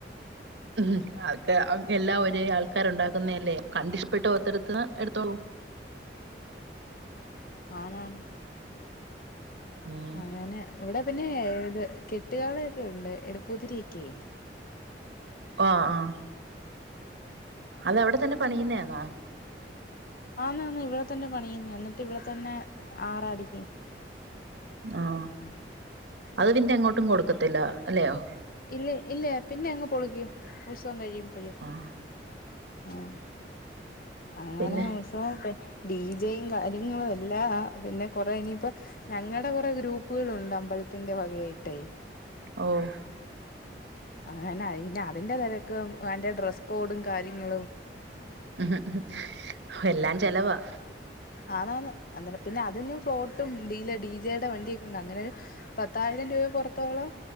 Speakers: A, on the right (about 85°); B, on the left (about 55°).
A: ഉഹും. അതൊക്കെ, അത് എല്ലാം ഒരേ ആൾക്കാര് ഉണ്ടാക്കുന്നെ അല്ലേ. കണ്ടിഷ്ടപ്പെട്ട് ഓരോത്തര്ത്ത്ന്ന് എടുത്ത് പോവും.
B: ആന്നാന്ന്
A: ഉം
B: അങ്ങനെ ഇവടെ പിന്നെ ഇത് കെട്ടുകാളൊക്കെ ഉണ്ട് എടുപ്പൂതിരിയൊക്കെ.
A: ഓഹ് ആഹ്. അല്ല അവിടെതന്നെ പണിയിന്നെയാന്നോ?
B: ആന്നാന്ന് ഇവടെ തന്നെ പണിയുന്നേ എന്നിട്ട് ഇവിടെ തന്നെ ആറാടിക്കും.
A: ആഹ്. അത് പിന്നെ എങ്ങോട്ടും കൊടുക്കത്തില്ല അല്ലയോ?
B: ഇല്ലി. ഇല്ല. പിന്നെ അങ്ങ് പൊളിക്കും. ഉത്സവം കഴിയും. പ്പഴ്
A: ആഹ്
B: ആഹ്.. അങ്ങനെ
A: പിന്നെ
B: ഉൽസ് സവൊക്കെ ഡി ജെയും കാര്യങ്ങളും എല്ലാവാ. പിന്നെ കൊറേ ഇനിപ്പ ഞങ്ങടെ കൊറേ ഗ്രൂപ്പുകളുണ്ട് അമ്പലത്തിന്റെ വകയായിട്ടേ.
A: ഓഹ്
B: അങ്ങനെ അയ്ന അതിന്റെ തെരക്കും അതിൻ്റെ ഡ്രസ് കോഡും, കാര്യങ്ങളും
A: ഉഹും ഉഹും എല്ലാം ചെലവാ.
B: ആന്നാന്ന്. അന്നേരം പിന്നെ അതിന്നും ഫ്ലോട്ടും ഡീലെ ഡി ജെ ടെ വണ്ടിയൊക്കെ ഉണ്ട്. അങ്ങനൊരു പ ത്തായിരം രൂപ പുറത്തോളം